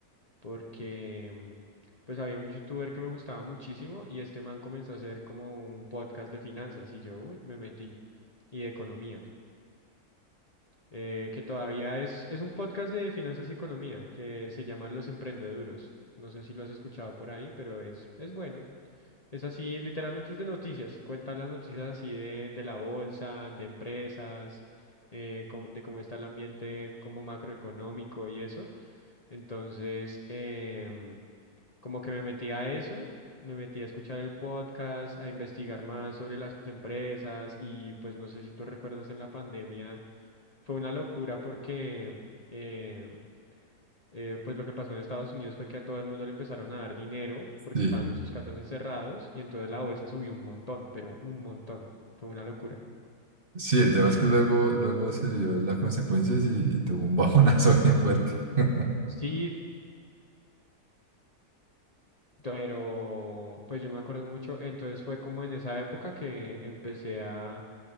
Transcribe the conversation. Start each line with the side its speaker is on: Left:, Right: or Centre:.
Left: porque mm, pues había un youtuber que me gustaba muchísimo y este man comenzó a hacer como un podcast de finanzas y yo, uy, me metí y de economía. eh, que todavía es, es un podcast de finanzas y economía que se llama Los Emprendeduros. No sé si lo has escuchado por ahí, pero es, es bueno. Es así, literalmente es de noticias. Cuenta las noticias así de, de la bolsa, de empresas, eh, cómo- de cómo está el ambiente como macroeconómico y eso. Entonces, em, como que me metí a eso. Me metí a escuchar el podcast, a investigar más sobre las empresas y pues no sé si tú recuerdas en la pandemia fue una locura porque eh, eh, pues lo que pasó en Estados Unidos fue que a todo el mundo le empezaron a dar dinero porque
Right: Sí,
Left: estaban en sus casas encerrados y entonces la bolsa subió un montón, pero un montón. Fue una locura.
Right: sí, el tema
Left: Eh,
Right: es que luego, luego se dio las consecuencias y, y tuvo un bajonazo <laughs> bien fuerte. <laughs>
Left: sí, Pero pues yo me acuerdo mucho, entonces fue como en esa época que empecé a,